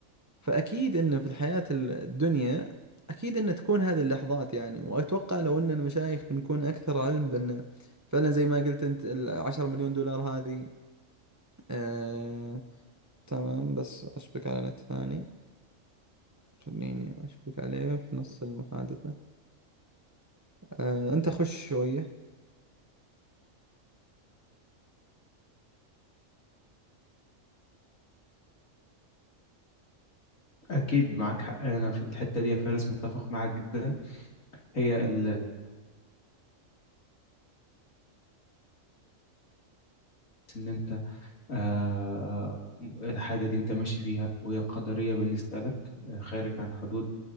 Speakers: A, on the right; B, on the left.
A: فأكيد إن في الحياة الدنيا أكيد إن تكون هذه اللحظات يعني وأتوقع لو إننا مشايخ بنكون أكثر علم بأن فعلا زي ما قلت أنت العشرة مليون دولار هذه آه... تمام بس أشبك على نت ثاني خليني أشبك عليه في نص المحادثة آه... أنت خش شوية
B: أكيد معاك حق أنا في الحتة دي يا فارس متفق معاك جدا هي ال- إن أنت آه، الحاجة دي أنت ماشي فيها وهي قدرية بالنسبة لك آه، خارج عن حدود